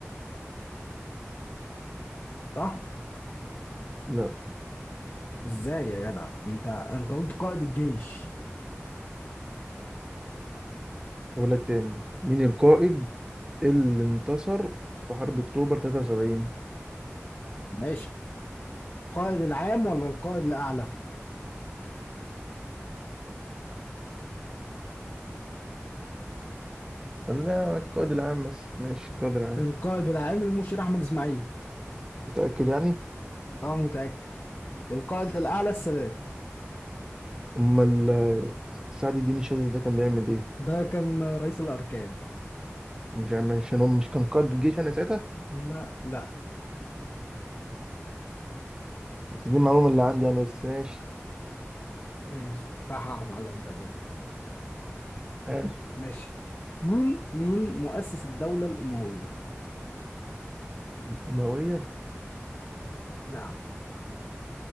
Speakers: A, on the left; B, on the right.
A: صح؟
B: لا
A: ازاي يا جدع؟ انت انت قلت قائد الجيش
B: بقول لك تاني مين القائد اللي انتصر في حرب أكتوبر 73
A: ماشي القائد العام ولا القائد الأعلى؟
B: قال لا القائد العام بس ماشي القائد العام
A: القائد العام المشير أحمد إسماعيل
B: متأكد يعني
A: أنا متأكد القائد الأعلى السادات
B: أمال آه، سعد الدين الشاذلي ده كان بيعمل إيه؟
A: ده كان رئيس الأركان
B: مش عارف عشان هو مش كان قائد الجيش يعني ساعتها
A: لا لا
B: بس دي المعلومة اللي عندي يعني بس ماشي
A: ماشي صح يا معلم تجربة
B: ماشي
A: ماشي مين مين مؤسس الدولة الأموية؟
B: الأموية
A: نعم